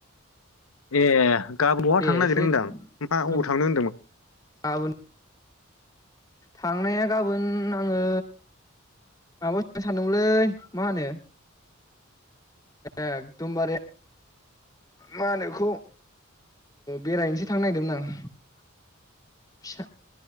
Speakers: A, on the left; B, on the left.
A: ए गाबोन बावहा
B: दे
A: थांनो नागिरदों
B: एसे
A: होनदों अबाव
B: गोगो
A: थांनो होन्दोंमोन
B: गाबोन थांनाया गाबोन आङो माबानो सानदोंमोनलै मा होनो ए एकदमबारे मा होनोखौ बेरायैनोसै थांनो नागिरदोंमोन आं फिसा